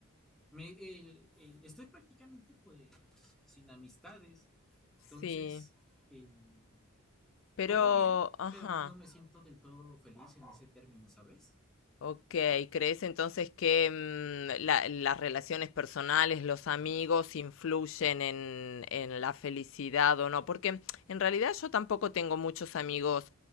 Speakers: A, in the centre; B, on the left.
A: me, el, el- estoy prácticamente pues sin amistades. Entonces,
B: sí,
A: el,
B: pero,
A: como bien,
B: ajá.
A: pero no me siento del todo feliz en ese término, ¿sabes?
B: Ok, ¿crees entonces que mm, la- las relaciones personales, los amigos influyen en, en la felicidad o no? Porque en realidad yo tampoco tengo muchos amigos,